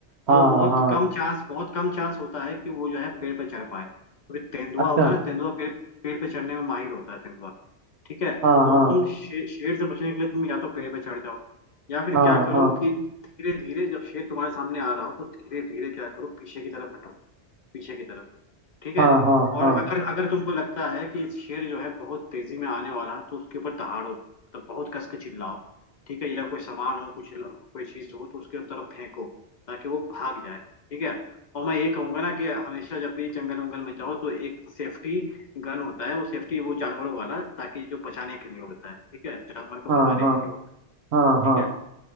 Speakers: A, on the right (about 70°); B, on the left (about 50°).
A: हाँ
B: तो बहुत
A: हाँ
B: कम चांस बहुत कम चांस होता है कि वो जो है पेड़ पे चढ़ पाए क्योंकि तेंदुआ
A: अच्छा
B: होता है ना तेंदुआ पेड़ पेड़ पे चढ़ने में माहिर होता है तेंदुआ ठीक है तो
A: हाँ हाँ
B: तुम शे, शेर से बचने के लिए तुम या तो पेड़ पे चढ़ जाओ या फिर
A: हाँ
B: क्या करो
A: हाँ
B: कि धीरे धीरे जब शेर तुम्हारे सामने आ रहा हो तो धीरे धीरे क्या करो पीछे की तरफ हटो पीछे की तरफ ठीक है
A: हाँ हाँ
B: और
A: हाँ
B: अगर अगर तुमको लगता है कि शेर जो है बहुत तेजी में आने वाला है तो उसके ऊपर दहाड़ो मतलब बहुत कस के चिल्लाओ ठीक है या कोई सामान हो कुछ कोई चीज हो तो उसके तरफ फेंको ताकि वो भाग जाए ठीक है और मैं ये कहूंगा ना कि हमेशा जब भी जंगल वंगल में जाओ तो एक सेफ्टी गन होता है वो सेफ्टी वो जानवरों वाला ताकि जो बचाने के लिए होता है ठीक है जानवर को
A: हाँ
B: भगाने
A: हाँ
B: के लिए होता
A: हाँ
B: है
A: हाँ
B: ठीक है